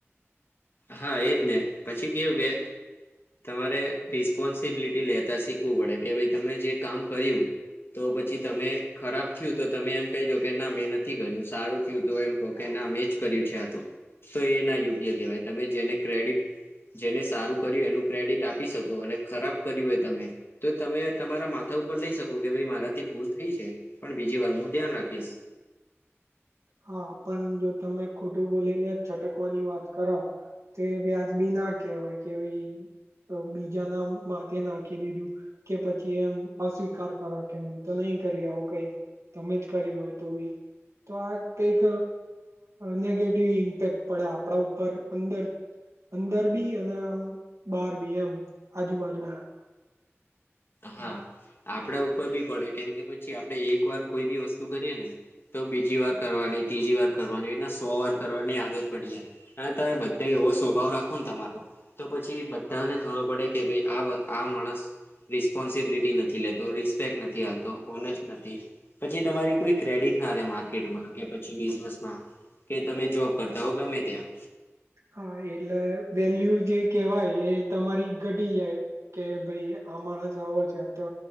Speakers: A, on the left (about 50°); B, on the right (about 85°).
A: હા એજ ને પછી કેવું કે તમારે રિસ્પોન્સિબિલિટી લેતા શીખવું પડે કે ભાઈ તમે જે કામ કર્યું તો પછી તમે ખરાબ થયું તો તમે એમ કહી દો કે ના મેં નથી કર્યું સારું થયું તો એમ કે ના મેમે જ કર્યું છે આ તો તો એ ના યોગ્ય કેહેવાય તમે જેને ક્રેડિટ જેને સારું કર્યું એનું ક્રેડિટ આપી શકો અને ખરાબ કર્યું હોય તમે તો તમે તમારા માથા ઉપર લઈ શકો કે ભાઈ મારાથી ભૂલ થઈ છે પણ બીજી વાર માં ધ્યાન રાખીશ.
B: હા પણ જો તમે ખોટું બોલીને છટકવાની વાત કરો તે વ્યાજબી ના કહેવાય કે ભાઈ બીજાના માથે નાખી દીધું. કે પછી એમ અસ્વીકાર કરો કે મેં તો નહી કરી આવું કઈ તમે જ કરી હોય તો બી તો આ કઈક નેગેટિવ ઇમ્પેક્ટ પડે આપણા ઉપર અંદર અંદર બી અને આમ બાર બી એમ આજુબાજુ
A: હા આપડા ઉપર બી પડે કેમ કે પછી આપડે એક વાર કોઈ બી વસ્તુ કરીએ ને તો બીજી વાર કરવાની ત્રીજી વાર કરવાની એટના સો વાર કરવાની આદત પડી જાય અને તમે બધા એવો સ્વભાવ રાખો ને તમારો તો પછી બધાને ખબર પડે કે ભાઈ આ આ માણસ રિસ્પોન્સિબિલિટી નથી લેતો રિસ્પેક્ટ નથી આવતો હોનેસ્ટ નથી પછી તમારી કોઈ ક્રેડિટ ના રહે માર્કેટમાં કે પછી બિઝનેસમાં કે તમે જોબ કરતા હો ગમે ત્યાં
B: હા એટલે વેલ્યુ જે કેહેવાય એ તમારી ઘટી જાય કે ભાઈ આ માણસ આવો છે તો